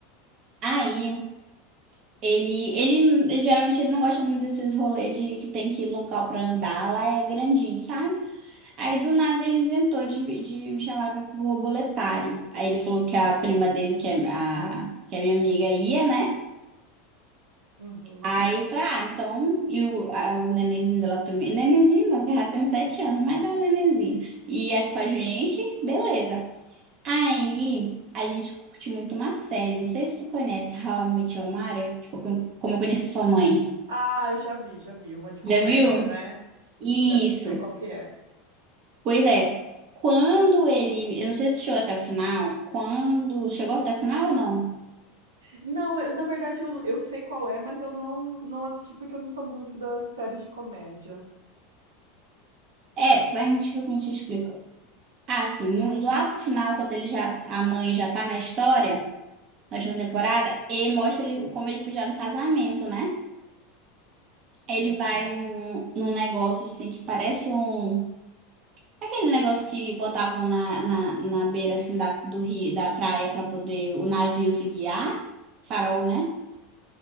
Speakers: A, on the right; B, on the right.
A: Aí, ele, ele geralmente ele não gosta muito desses rolês de que tem que ir local pra andar, lá é grandinho, sabe? Aí do nada ele inventou de, de me chamar para o borboletário. Aí ele falou que a prima dele, que é a, que é minha amiga, ia, né?
B: Uhum.
A: Aí eu falei, ah, então, e o, a- o nenenzinho dela também, nenenzinho não, que ela tem uns sete anos, mas dá um nenenzinho, ia com a gente, beleza. Aí, a gente curte muito uma série, não sei se tu conhece, How I Met Your Mother, tipo, com- como eu conheci sua mãe,
B: Ah, eu já vi, já vi. Uma de comédia,
A: já viu?
B: né?
A: Isso,
B: Já sei qual que é.
A: pois é, quando ele, eu não sei se chegou até o final, quando, chegou até o final ou não?
B: Não, eu- na verdade eu, eu sei qual é, mas eu não, não assisti porque eu não sou muito das séries de comédia.
A: É, a gente, como te explica. Ah, sim, no- lá pro final, quando ele já, a mãe já tá na história, na última
B: Uhum.
A: temporada, e mostra ele como ele pediu no casamento, né? Ele
B: Uhum.
A: vai num, num negócio assim que parece um. Aquele negócio que botavam na, na, na beira assim da, do rio, da praia para poder o navio se guiar. Farol, né?